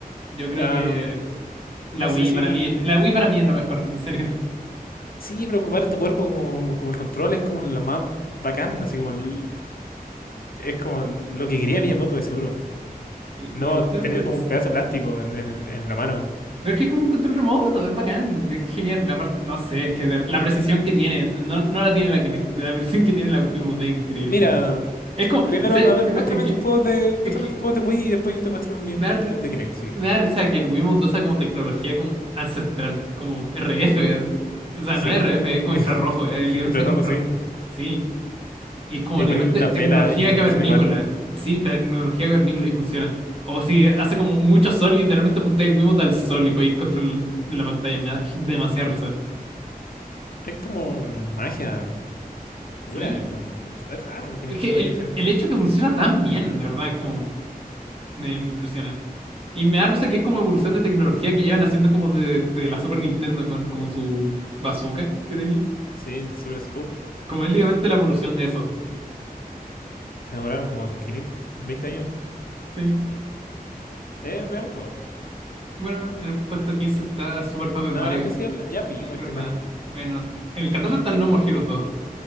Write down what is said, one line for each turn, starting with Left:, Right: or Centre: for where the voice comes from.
Right: yo creo
Left: Am,
Right: que la
Left: no
Right: Wii
Left: sé si.
Right: para mí.
Left: eh,
Right: La Wii para mí es lo mejor, en serio.
Left: Sí, preocupar tu cuerpo como, como el control es como lo más bacán, así como el- es como lo que quería Miyamoto de seguro.
Right: Mi,
Left: No
Right: Miyamoto
Left: tener
Right: es-
Left: como un pedazo de plástico en, en, el- en la mano.
Right: Pero es que es como un control remoto, es bacán, es genial. La part- no sé, es que de- la precisión que tiene, no, no la tiene la Kinect, la precisión que tiene la Wii es increíble.
Left: Mira,
Right: Es como,
Left: primero,
Right: ¿sabes?
Left: a ver,
Right: Me-
Left: muéstrame
Right: Es que,
Left: tus juegos de, muéstrame
Right: es que
Left: tus juegos de Wii y después yo te muestro mi-
Right: me da, ri-
Left: los de Kinect, si queréis.
Right: me da risa que el Wiimote usa como tecnología como ancestral, como RF. es- o sea,
Left: Sí,
Right: no es RF, es
Left: eh,
Right: como infrarrojo,
Left: <laughs>
Right: es literalmente
Left: en Platón,
Right: infrarrojo.
Left: sí.
Right: Sí, y es como
Left: Y
Right: literalmente
Left: poner las
Right: tecnología
Left: velas y te
Right: cavernícola.
Left: funciona igual.
Right: Sí, tecnología cavernícola y funciona. O si hace como mucho sol y literalmente apuntáis el Wiimote al sol y podéis controlar la pantalla. Me da demasiada risa.
Left: Es como magia oscura,
Right: Sí,
Left: es como... Es raro que
Right: es
Left: Nintendo
Right: que el,
Left: haya hecho esto.
Right: el hecho que funciona tan bien, la verdad, es como me, me impresiona. Y me da risa que es como evolución de tecnología que llevan haciendo como de, de la Super Nintendo con como su bazooka que tenía.
Left: Sí, el Super Scope.
Right: Como es literalmente la evolución de eso.
Left: Se demoraron como quinientos veinte años.
Right: Sí.
Left: Eh, veamos juego.
Right: Bueno, en el puesto 15 está Super Paper
Left: No,
Right: Mario.
Left: antes sí habla- ya vimos
Right: Sí, verdad.
Left: este Mari.
Right: Bueno, en el 14 está el No More Heroes dos